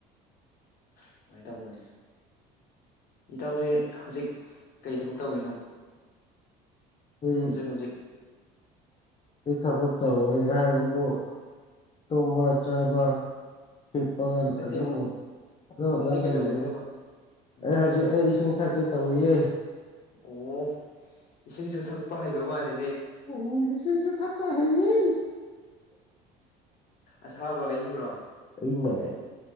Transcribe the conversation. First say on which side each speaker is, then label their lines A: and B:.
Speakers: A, on the left; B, on the left.
A: ꯁꯨꯃꯥꯏꯅ ꯇꯧꯕꯅꯤ ꯏꯇꯥꯎꯁꯦ ꯍꯧꯖꯤꯛ ꯀꯩ ꯊꯕꯛ ꯇꯧꯔꯤꯅꯣ
B: ꯑꯩ
A: ꯍꯧꯖꯤꯛ ꯍꯧꯖꯤꯛ
B: ꯑꯩ ꯊꯕꯛ ꯇꯧꯋꯦ ꯍꯥꯏꯕꯕꯨ ꯇꯨꯝꯕ ꯆꯥꯕ ꯍꯤꯞꯄꯒ
A: ꯅꯠꯇꯦ
B: ꯑꯗꯨꯝ ꯑꯗꯨꯒꯗ
A: ꯍꯧꯖꯤꯛ
B: ꯂꯕꯅꯦ
A: ꯀꯩꯗꯧꯔꯤꯅꯣꯕ ꯎꯝ
B: ꯑꯩ ꯍꯧꯖꯤꯛ ꯑꯩ ꯏꯁꯤꯡ ꯊꯛꯀꯦ ꯇꯧꯋꯤꯌꯦ
A: ꯑꯣ ꯏꯁꯤꯡꯁꯨ ꯊꯛꯄ ꯍꯩꯕꯕ ꯃꯥꯜꯂꯦ
B: ꯑꯣ ꯏꯁꯤꯡꯁꯨ ꯊꯛꯄ ꯍꯩꯌꯦ
A: ꯑꯁꯥꯕ꯭ꯔꯣ ꯑꯍꯤꯡꯕ꯭ꯔꯣ
B: ꯏꯪꯕꯅꯦ